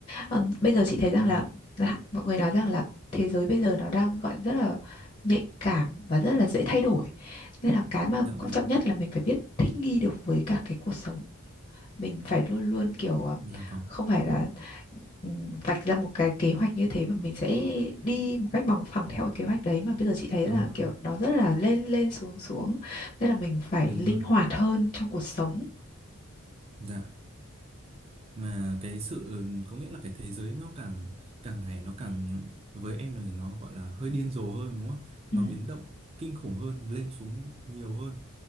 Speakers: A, on the left; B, on the right.
A: Ờ, bây giờ chị thấy rằng
B: Dạ,
A: là, là mọi người nói rằng là thế giới bây giờ nó đang gọi rất là nhạy cảm và rất là dễ thay đổi. Nên là cái mà
B: dạ vâng,
A: quan trọng nhất là mình phải biết thích nghi được với cả cái cuộc sống. Mình phải luôn luôn kiểu ờ,
B: dạ vâng,
A: không phải là ừm, vạch ra một cái kế hoạch như thế và mình sẽ đi một cách bằng phẳng theo cái kế hoạch đấy mà bây giờ chị thấy
B: đúng
A: là
B: rồi,
A: kiểu nó rất là lên lên xuống xuống. Nên là mình phải
B: đúng
A: linh
B: rồi,
A: hoạt hơn trong cuộc sống.
B: dạ. mà cái sự có nghĩa là cái thế giới nó càng càng ngày nó càng với em này nó gọi là hơi điên rồ hơn đúng không?
A: Ừ.
B: Nó biến động kinh khủng hơn, lên xuống nhiều hơn